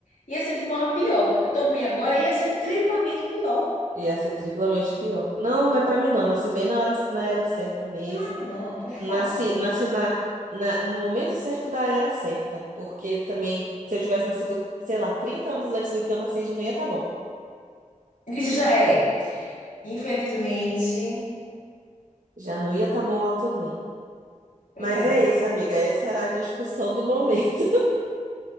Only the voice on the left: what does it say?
Ia ser de mal a pior. Eu tô ruim agora, ia ser triplamente pior.
Ah, não, por favor.
<laughs> E Já é. Infelizmente.
Pois
é.